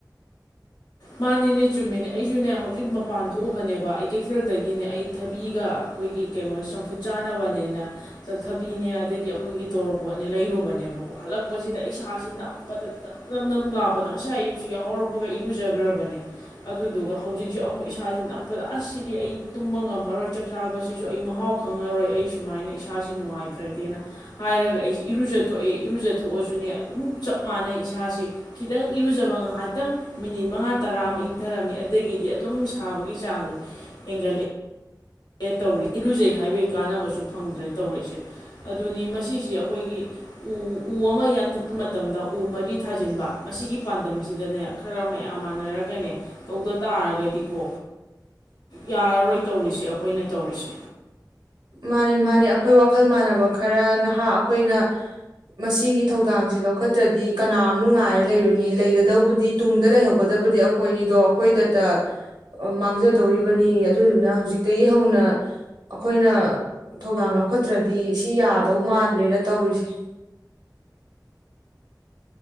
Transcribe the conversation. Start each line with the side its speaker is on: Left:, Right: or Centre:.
Left: ꯃꯥꯅꯦꯅꯦ ꯆꯨꯝꯃꯤꯅꯦ ꯑꯩꯁꯨꯅꯦ ꯍꯧꯖꯤꯛ ꯃꯄꯥꯟ ꯊꯣꯛꯎꯕꯅꯦꯕ ꯑꯩ ꯀꯩꯊꯦꯜꯗꯒꯤꯅꯦ ꯑꯩ ꯊꯕꯤꯒ ꯑꯩꯈꯣꯏꯒꯤ ꯀꯩꯅꯣꯁꯦ ꯆꯝꯐꯨꯠ ꯆꯥꯅꯕꯅꯦꯅꯊꯕꯤꯅꯦ ꯑꯗꯒꯤ ꯑꯩꯈꯣꯏꯒꯤ ꯇꯧꯔꯄꯣꯠꯅꯦ ꯂꯩꯔꯨꯕꯅꯦꯕꯀꯣ ꯍꯜꯂꯛꯄꯁꯤꯗ ꯑꯩ ꯏꯁꯁꯤꯦ ꯅꯞꯄꯗ ꯅꯝ ꯅꯝ ꯅꯝ ꯂꯥꯞꯄꯗ ꯉꯁꯥꯏ ꯑꯌꯨꯛꯁꯤ ꯌꯥꯎ ꯍꯧꯔꯛꯄꯒ ꯏꯔꯨ ꯆꯖꯈ꯭ꯔꯕꯅꯦ ꯑꯗꯨꯗꯨꯒ ꯍꯧꯖꯤꯛꯁꯦ ꯑꯃꯨꯛ ꯏꯁꯥꯁꯦ ꯅꯞꯄꯗ ꯑꯁꯤꯗꯤ ꯑꯩ ꯇꯨꯝꯕ ꯉꯝꯃꯔꯣꯏ ꯆꯥꯛ ꯆꯥꯕꯁꯤꯁꯨ ꯑꯩ ꯃꯍꯥꯎ ꯈꯪꯉꯔꯣꯏ ꯑꯩ ꯁꯨꯃꯥꯏꯅ ꯏꯁꯥꯁꯤ ꯅꯨꯡꯉꯥꯏꯇ꯭ꯔꯗꯦꯅ ꯍꯥꯏꯔꯒ ꯑꯩꯁꯤ ꯏꯔꯨꯖꯊꯣꯛꯑꯦ ꯏꯔꯨꯖꯊꯣꯛꯑꯁꯨꯅꯦ ꯑꯗꯨꯝ ꯆꯞ ꯃꯥꯟꯅꯩ ꯏꯁꯥꯁ ꯈꯤꯇꯪ ꯏꯔꯨꯖꯕ ꯉꯥꯏꯍꯥꯛꯇꯪ ꯃꯤꯅꯤꯠ ꯃꯉꯥ ꯇꯔꯥ ꯑꯃ ꯏꯪꯊꯔꯝꯃꯤ ꯑꯗꯒꯤꯗꯤ ꯑꯗꯨꯝ ꯁꯥꯕꯒꯤ ꯆꯥꯡꯗꯣ ꯍꯦꯟꯒꯠꯂꯛꯑꯦ ꯇꯧꯔꯤ ꯏꯔꯨꯖꯩ ꯍꯥꯏꯕꯒꯤ ꯀꯥꯟꯅꯕꯁꯨ ꯐꯪꯗ꯭ꯔꯦ ꯇꯧꯔꯤꯁꯦ ꯑꯗꯨꯅꯤ ꯃꯁꯤꯁꯦ ꯑꯩꯈꯣꯏꯒꯤ ꯎ ꯎ ꯑꯃ ꯌꯥꯟꯊꯠꯄ ꯃꯇꯝꯗ ꯎ ꯃꯔꯤ ꯊꯥꯖꯤꯟꯕ ꯃꯁꯤꯒꯤ ꯄꯥꯟꯗꯝꯁꯤꯗꯅꯦ ꯈꯔ ꯃꯌꯥꯝ ꯃꯥꯟꯅꯔꯒꯅꯦ ꯇꯧꯗ ꯇꯥꯔꯒꯗꯤꯀꯣ ꯌꯥꯔꯔꯣꯏ ꯇꯧꯔꯤꯁꯦ ꯑꯩ ꯑꯩꯈꯣꯏꯅ ꯇꯧꯔꯤꯁꯦ
Right: ꯃꯥꯅꯤ ꯃꯥꯅꯦ ꯑꯩꯈꯣꯏ ꯋꯥꯈꯜ ꯃꯥꯟꯅꯕ ꯈꯔ ꯅꯍꯥ ꯑꯩꯈꯣꯏꯅ ꯃꯁꯤꯒꯤ ꯊꯧꯗꯥꯡꯁꯦ ꯂꯧꯈꯠꯇ꯭ꯔꯗꯤ ꯀꯅꯥꯃꯨꯛ ꯉꯥꯏꯔ ꯂꯩꯔꯨꯅꯤ ꯂꯩꯒꯗꯧꯕꯗꯤ ꯇꯨꯡꯗ ꯂꯩꯍꯧꯒꯗꯕꯗꯤ ꯑꯩꯈꯣꯏꯅꯤꯗꯣ ꯑꯩꯈꯣꯏꯗꯇ ꯃꯥꯡꯖꯗꯧꯔꯤꯕꯅꯤ ꯑꯗꯨꯗꯨꯅ ꯍꯧꯖꯤꯛꯇꯒꯤ ꯍꯧꯅ ꯑꯩꯈꯣꯏꯅ ꯊꯧꯗꯥꯡ ꯂꯧꯈꯠꯇ꯭ꯔꯗꯤ ꯁꯤ ꯌꯥꯗꯧ ꯃꯥꯟꯗ꯭ꯔꯦꯅ ꯇꯧꯔꯤꯁꯦ